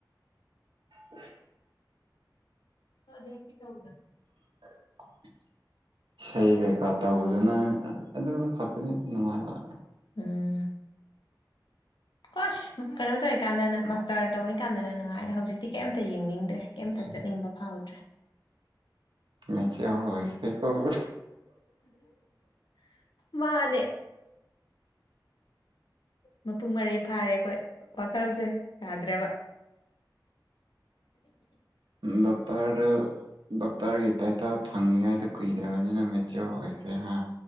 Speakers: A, on the right (about 85°); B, on the left (about 75°).
A: ꯎ <unintelligible>
B: ꯑꯗꯨꯈꯤ ꯇꯧꯗ
A: <inaudible> ꯏꯁꯩ ꯀꯩꯀꯥ ꯇꯧꯕꯗꯨꯅ ꯑꯗꯨꯗꯨ ꯈꯛꯇꯅꯤ ꯑꯗꯨꯝ ꯅꯨꯡꯉꯥꯏꯕ
B: ꯎꯝ ꯀꯁ ꯀꯩꯅꯣ ꯇꯧꯔꯤꯀꯥꯟꯗꯅ ꯃꯥꯁꯇꯔ ꯇꯧꯔꯤꯀꯥꯟꯗꯅ ꯅꯨꯡꯉꯥꯏꯔꯦ ꯍꯧꯖꯤꯛꯇꯤ ꯀꯩꯝꯇ ꯌꯦꯡꯅꯤꯡꯗ꯭ꯔꯦ ꯀꯩꯝꯇ ꯆꯠꯅꯤꯡꯕ ꯐꯥꯎꯗ꯭ꯔꯦ
A: ꯃꯦꯆꯌ ꯑꯩꯈ ꯀꯧꯕ
B: ꯃꯥꯅꯦ ꯃꯄꯨꯡ ꯃꯔꯩ ꯐꯥꯔꯦ ꯑꯩꯈꯣꯏ ꯋꯥꯈꯜꯁꯦ ꯌꯥꯥꯗ꯭ꯔꯕ
A: ꯗꯇꯔ ꯗꯣꯛꯇꯔꯒꯤ ꯇꯥꯏꯇꯜ ꯐꯪꯅꯤꯉꯥꯏꯗ ꯀꯨꯏꯗ꯭ꯔꯕꯅꯤꯅ ꯃꯦꯆꯤꯌꯣꯔ ꯑꯣꯏꯈ꯭ꯔꯦ ꯍꯥ